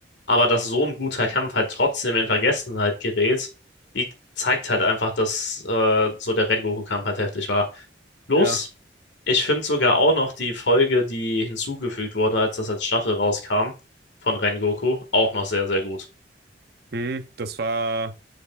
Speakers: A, on the left; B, on the right.
A: Aber dass so ein guter Kampf halt trotzdem in Vergessenheit gerät, die zeigt halt einfach, dass äh, so der Rengoku-Kampf halt heftig war. Plus,
B: Ja,
A: ich finde sogar auch noch die Folge, die hinzugefügt wurde, als das als Staffel rauskam, von Rengoku, auch noch sehr, sehr gut.
B: hm. Das war